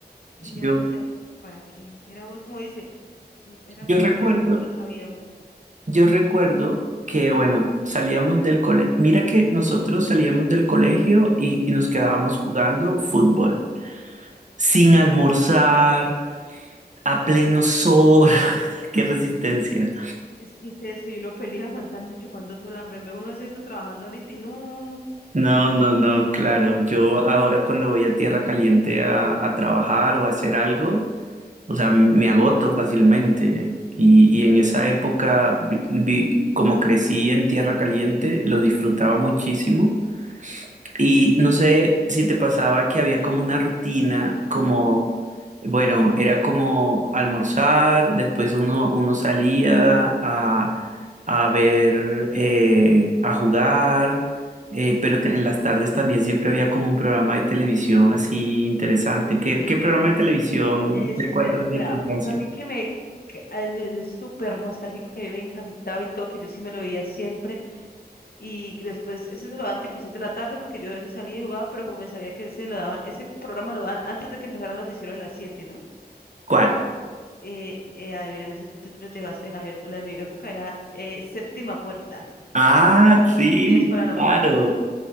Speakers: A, on the left; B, on the right.
A: Y ya
B: Yo,
A: uno se da cuenta, ¿para qué? Éramos, como dice, mm, éramos
B: yo recuerdo,
A: felices, no lo sabíamos.
B: yo recuerdo que, bueno, salíamos del colegio. Mira que nosotros salíamos del colegio y, y nos quedábamos jugando fútbol, sin almorzar A pleno sol, <laughs> qué resistencia.
A: Es que es eso, y uno feliz aguantando y chupando sol, hambre. En vez uno de eso trabajando ahorita y no.
B: No, no, no, claro. Yo ahora cuando voy a tierra caliente a, a trabajar o a hacer algo, o sea, me agoto fácilmente. Y, y en esa época, vi- vi- como crecí en tierra caliente, lo disfrutaba muchísimo. Y no sé si te pasaba que había como una rutina, como, bueno, era como almorzar, después uno, uno salía a, a ver, eh, a jugar, eh, pero te- en las tardes también siempre había como un programa de televisión así interesante. ¿Qué, qué programa de televisión
A: Eso,
B: recuerdas
A: te- mira,
B: de tu infancia?
A: uno a mí que me, que, ay, me, me súper nostálgico, que a mí me encantaba y todo, que yo sí me lo veía siempre, Y después, ese se lo daban tipo 6 de la tarde, porque yo a veces salía y jugaba, pero como me sabía que ese lo daban, ese programa lo daban antes de que empezara el noticiero de las siete ¿no?
B: ¿Cuál?
A: Eh, eh, adivina, no sé si tú lo llegaste a ver, pues la de mi época era eh, Séptima Puerta,
B: Ah, sí,
A: historias paranormales.
B: claro.
A: Uf,